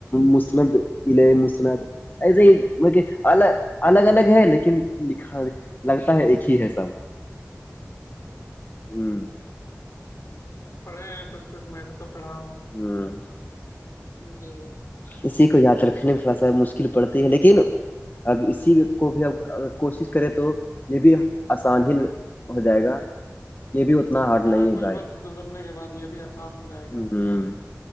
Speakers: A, on the left; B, on the left.
A: مسند الیہ مسند ایسے ہی ب الگ الگ الگ ہے لیکن لکھا لگتا ہے ایک ہی ہے سب ہوں
B: پڑھے ہیں کچھ کچھ میں بھی تو پڑھا ہوں
A: ہوں
B: جی
A: اسی کو یاد رکھنے میں تھوڑا سا مشکل پڑتی ہے لیکن اب اسی کو بھی اب ا کوشش کرے تو یہ بھی آسان ہی ہو جائے گا یہ بھی اتنا ہے ہارڈ
B: ہاں
A: نہیں
B: کچھ
A: بھائی
B: ب گزرنے کے بعد یہ بھی آپ کام جائے گا
A: ہوں